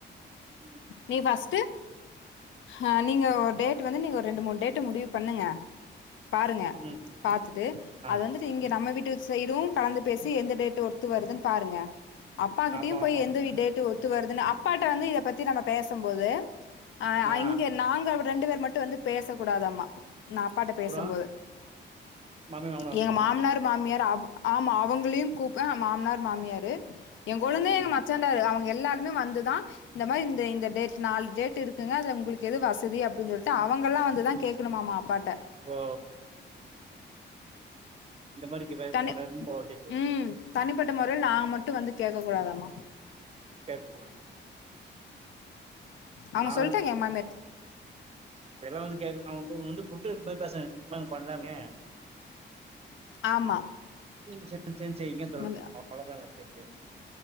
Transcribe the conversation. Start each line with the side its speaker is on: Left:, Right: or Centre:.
Right: ம்
Left: நீ ஃபஸ்ட் ஹ நீங்க ஒரு டேட் வந்து நீங்க ஒரு ரெண்டு மூணு டேட்டு முடிவு பண்ணுங்க பாருங்க
Right: ம்
Left: பார்த்துட்டு
Right: ஆ
Left: அது வந்துட்டு இங்க
Right: ம்
Left: நம்ம வீட்டு சைடு கலந்து பேசி எந்த டேட் ஒத்து வருதுன் பாருங்க அப்பா கிட்டயு
Right: ஆமா
Left: போய்
Right: ஆமா
Left: எந்த
Right: கண்டிப்பா
Left: வீ டேட் ஒத்து வருதுன் அப் அப்பாட்ட வந்து இத பத்தி நம்ம பேசும்போது அ
Right: ஆ
Left: இங்க நாங்க ரெண்டு பேர் மட்டு வந்து பேச கூடாதாமா நா அப்பாட்ட
Right: அப்றோ
Left: பேசும் போது
Right: மாமியா
Left: எங்க
Right: மா
Left: மாமனார் மாமியார் அவ ஆமா அவங்களையு கூப் அ மாமனார் மாமியாரு எங் கொழுந்த
Right: ம்
Left: எங்க மச்சண்டாரு அவங்க எல்லாருமே வந்துதா இந்த மாதி இந்த இந்த டேட் நாலு டேட் இருக்குங்க அதுல உங்களுக்கு எது வசதி அப்டின் சொல்லிட்டு அவங்கெல்லா வந்துதா கேக் கணுமாமா அப்பாட்ட
Right: ஓ இந்த மாறி பேசுறவங்ககிட்ட
Left: தனி
Right: ரொம்ப மிஸ்டேக் வரு
Left: ம் தனிப்பட்ட மொறைல நாங்க மட்டு வந்து கேக்க கூடாதாம்மா
Right: கேப்பமாவு
Left: அவுங்க
Right: நா
Left: சொல்லிட்டாங்க ஏ மாமியார்ட்
Right: இப்டி எல்லா வந்து கேக்குறதுக்கு அவுங்க வந்து கூப்ட்டே போய் பேச எல்லாம் பண்ணலாமே
Left: ஆமா
Right: நீங்க சேந்து சேந்து செய்யுங்கன்னு சொல்லணு
Left: வந்து
Right: அவ்ளோதாங்க சேர் சேரி